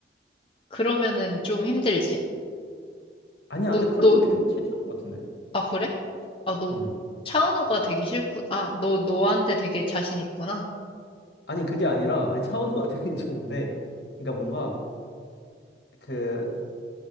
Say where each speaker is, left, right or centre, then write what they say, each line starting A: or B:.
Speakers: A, on the left; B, on the left.
A: 그러면은 좀 힘들지.
B: 아니야,
A: 너,
B: 근데 그래도
A: 너,
B: 괜, 괜찮은 것 같은데?
A: 아, 그래? 아, 너
B: 음.
A: 차은우가 되기 싫구, 아, 너, 너한테 되게 자신 있구나.
B: 아니, 그게 아니라, 아니, 차원호가 되게 <laughs> 좋은데, 그러니까 뭔가, 그,